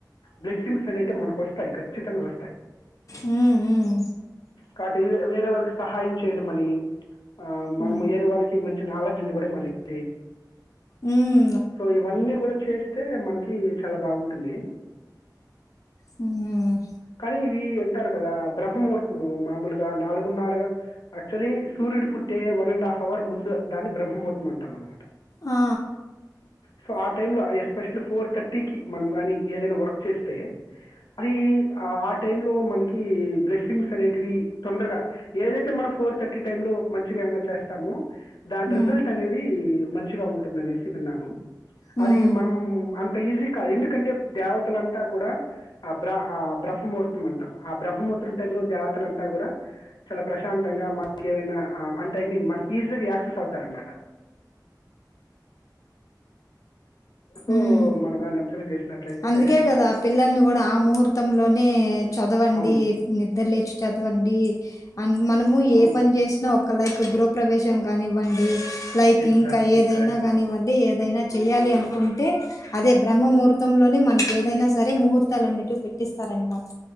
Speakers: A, on the left; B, on the left.
A: బ్లెస్సింగ్స్ అనేటి మనకు వస్తాయి ఖచ్చితంగా వస్తాయి
B: మ్ మ్
A: కాబట్టి వేరే వాళ్ళకి సహాయం చేయడమని ఆ
B: హ్మ్
A: మనం ఏరే వాళ్ళకి మంచి నాలెడ్జ్నివ్వడం అనేది
B: మ్మ్
A: సో ఇవన్నీ కూడా చేస్తే మనకి చాలా బాగుంటుంది
B: హ్మ్
A: కానీ ఇవి అంటారు కదా బ్రహ్మముహూర్తము మామూలుగా నాలుగున్నరగా యాక్చువలీ సూర్యుడు పుట్టే వన్ అండ్ హాఫ్ అవర్ ముందు దాన్ని బ్రహ్మహూర్తం అంటాం అనమాట
B: ఆ
A: సో ఆ టైమ్ లో ఎస్పెషలీ ఫోర్ థర్టీకి మనం గాని ఏదైనా వర్క్ చేస్తే అది ఆ ఆ టైమ్ లో మనకి బ్లెస్సింగ్స్ అనేటివి తొందరగా ఏదైతే మనం ఫోర్ థర్టీ టైమ్ లో మంచిగా ఏమైనా చేస్తామో దాని
B: హ్మ్.
A: రిజల్ట్ అనేది మంచిగా ఉంటుందనేసి విన్నాను
B: హ్మ్.
A: అది మనం అంత ఈజీ కాదు ఎందుకంటే దేవతలంతా కూడా ఆ బ్రా ఆ బ్రాహ హ్మహూర్త అంటా ఆ బ్రహ్మహూర్ం టైంలో దేవతలంతా కూడ చాలా ప్రశాంతంగా మన ఏైనా అంటే ఐ మీన్ మనకి ఈజీగా యాక్సెస్ అవుతారనమాట సో
B: హుమ్
A: మనం కానీ అబ్జర్వ్ చేసినట్లయితే
B: అందుకే కదా ఆ పిల్లల్ని కూడా ఆ ముహూర్తం లోనే చదవండి
A: అవును
B: నిద్ద్ర లేచి చదవండి అండ్ మనము ఏ
A: అవును
B: పని చేసినా ఒక లైక్ గృహప్రవేశం కానివ్వండి లైక్
A: ఎగ్జాక్ట్లీ
B: ఇంకా ఏదైనా
A: కరెక్ట్
B: కానివ్వండి ఏదైనా చెయాలి అనుకుంటే అదే బ్రహ్మ ముహూర్తంలోనే మనకి ఏదైనా సరే ముహూర్తాలన్నిటి పెట్టిస్తారనమాట